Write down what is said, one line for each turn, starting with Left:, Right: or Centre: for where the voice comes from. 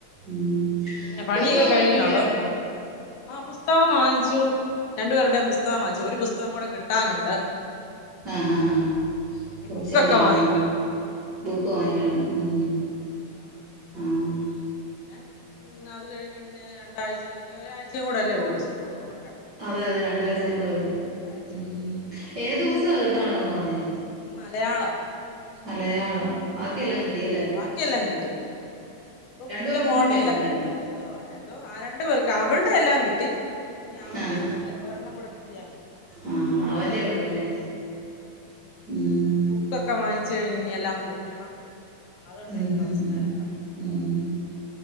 Right: ഉം
Left: പിന്നെ പണിയൊക്കെ
Right: പുസ്തകമൊക്കെ
Left: കഴിഞ്ഞോ
Right: കിട്ടിയായിരുന്നോ
Left: അതോ? ആഹ് പുസ്തകം വാങ്ങിച്ചു രണ്ടു പേരുടെയും പുസ്തകം വാങ്ങിച്ചു ഒരു പുസ്തകം കൂടെ കിട്ടാനുണ്ട്
Right: ആഹ് ആഹ് ആഹ
Left: ഇനി
Right: കൊച്ചിന്റെ
Left: ബുക്കൊക്കെ വാങ്ങിക്കണം
Right: ആഹ് ആഹ്
Left: ഉം
Right: ബുക്ക് വാങ്ങിക്കണം ഉം
Left: ആ ബുക്ക് മേടിക്കണം
Right: ആഹ്
Left: പിന്നെ അത് കഴിഞ്ഞ് പിന്നെ രണ്ടാഴ്ച കഴിഞ്ഞ് ഒരാഴ്ചയും കൂടെ അല്ലേ ഉള്ളൂ സ്കൂള് തുറക്കാൻ
Right: അതെ
Left: അല്ലേ
Right: അതെ രണ്ട് ആഴ്ച കൂടെ ഉള്ളൂ
Left: ആ രണ്ടാഴ്ചയും
Right: ഉം
Left: കൂടെ ഉണ്ടല്ലോ
Right: ഏത് പുസ്തകം കിട്ടാനുണ്ടന്ന് പറഞ്ഞെ
Left: മലയാളം
Right: മലയാളം ബാക്കിയെല്ലാം കിട്ടിയല്ലെ
Left: ബാക്കി എല്ലാം കിട്ടി ഇപ്പൊ പുതിയ
Right: പേർക്കും
Left: മോഡലൊക്കെ
Right: കിട്ടിയോ മുഴുവനും
Left: ഉള്ള പുസ്തകം എന്തോ രണ്ട് പേർക്ക് അവള്ടെ എല്ലാം കിട്ടി ഇനി അവന്റേം
Right: ആഹ്
Left: കൂടെ ഒരെണ്ണം കൂടെ കിട്ടിയാ മതി
Right: ആഹ് അവന്റെ ഉള്ളല്ലെ ഉം
Left: ബുകൊക്കെ‌ വാങ്ങിച്ച് കഴിഞ്ഞ് ഇനി എല്ലാം പൊതിയണം അതുണ്ട്
Right: ഉം
Left: ഇനി കുറച്ചു നേരം
Right: ഉം
Left: പണി
Right: ഉം